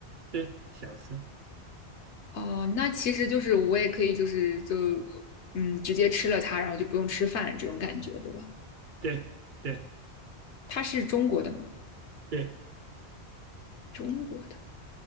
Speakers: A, on the right; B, on the left.
A: 对，小吃，
B: 哦，那其实就是我也可以就是就嗯直接吃了它，然后就不用吃饭这种感觉对吧？
A: 对对
B: 它是中国的吗？
A: 对，
B: 中国，